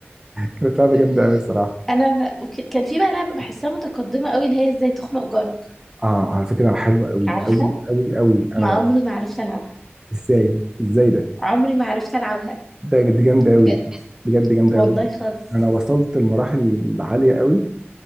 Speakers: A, on the right; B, in the centre.
A: كانت لعبه جامده قوي الصراحه
B: انا وك- كان في بقى لعبه بحسها متقدمه قوي اللي هي ازاي تخنق جارك
A: اه على فكره حلوه قوي
B: عارفها
A: قوي قوي قوي انا
B: ما عمري ما عرفت العبها
A: ازاي ازاي ده
B: عمري ما عرفت العبها
A: ده دي جامده
B: بجد
A: قوي بجد جامده
B: والله
A: قوي
B: خالص
A: انا وصلت لمراحل عاليه قوي